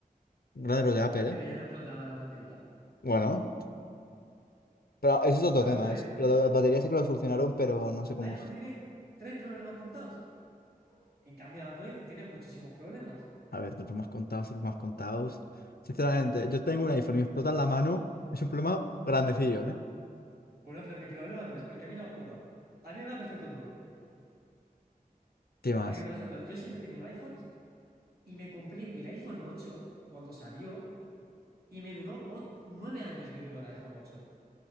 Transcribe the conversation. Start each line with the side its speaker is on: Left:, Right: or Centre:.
Left: Grande los de Apple,
Right: Pero ya
Left: ¿eh?
Right: no explotaba la batería.
Left: Bueno, pero ese es otro
Right: Pero
Left: tema.
Right: vamos a ver,
Left: Es, lo de las baterías sí que lo solucionaron, pero no sé cómo.
Right: iPhone
Left: los-
Right: tiene tres problemas contados. En cambio, Android tiene muchísimos problemas.
Left: A ver, de problemas contados, de problemas contados. Sinceramente, yo tengo un iPhone y me explota en la mano. Es un problema grandecillo, ¿eh?
Right: Bueno, pero mi problema no es porque a mí no me ha explotado. A mí me va perfecto todo.
Left: ¿Qué más?
Right: Porque, por ejemplo, yo siempre he tenido iPhones y me compré el iPhone 8 cuando salió y me duró 9 años me duró el iPhone 8.